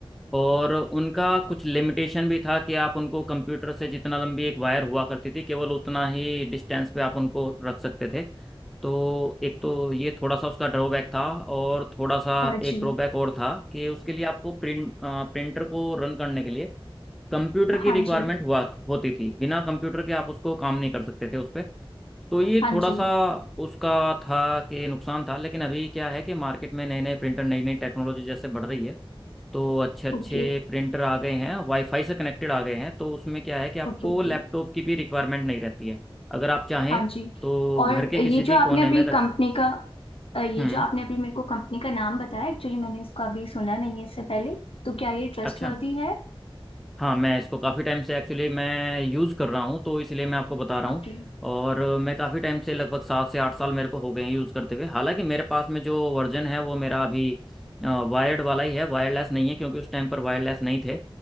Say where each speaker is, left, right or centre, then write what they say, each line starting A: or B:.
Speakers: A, in the centre; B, on the left.
A: और उनका कुछ लिमिटेशन भी था कि आप उनको कंप्यूटर से जितना लंबी एक वायर हुआ करती थी केवल उतना ही डिस्टेंस पे आप उनको रख सकते थे तो एक तो ये थोड़ा सा उसका ड्रॉबैक था और थोड़ा सा
B: हाँ
A: एक
B: जी
A: ड्रॉबैक और था कि उसके लिए आपको प्रिंट प्रिंटर को रन करने के लिए कंप्यूटर की
B: हाँ
A: रिक्वायरमेंट
B: जी
A: हुआ होती थी बिना कंप्यूटर के आप उसको काम नहीं कर सकते थे उस पे तो ये
B: हाँ
A: थोड़ा
B: जी
A: सा उसका था कि नुकसान था लेकिन अभी क्या है कि मार्केट में नए नए प्रिंटर नई नई टेक्नोलॉजी जैसे बढ़ रही है तो अच्छे अच्छे
B: Okay
A: प्रिंटर आ गए हैं वाईफाई से कनेक्टेड आ गए हैं तो उसमें क्या है कि आपको
B: okay ओके
A: लैपटॉप की भी रिक्वायरमेंट नहीं रहती है अगर आप चाहें
B: हाँ जी
A: तो
B: और
A: घर के किसी
B: ये
A: भी
B: जो आपने
A: कोने
B: अभी
A: में रख
B: कंपनी
A: सक-
B: का अ, ये
A: हम्म
B: जो आपने अभी मेरे को कंपनी का नाम बताया एक्चुअली मैंने इसको अभी सुना नहीं है इससे पहले तो क्या ये ट्रस्टवर्दी
A: अच्छा
B: है
A: हाँ मैं इसको काफ़ी टाइम से एक्चुअली मैं यूज़ कर रहा हूँ तो इसलिए मैं आपको बता रहा हूँ
B: ओके
A: और अ, मैं काफ़ी टाइम से लगभग सात से आठ साल मेरे को हो गए हैं यूज़ करते हुए हालांकि मेरे पास में जो वर्जन है वो मेरा अभी वायर्ड वाला ही है वायरलेस नहीं है क्योंकि उस टाइम पर वायरलेस नहीं थे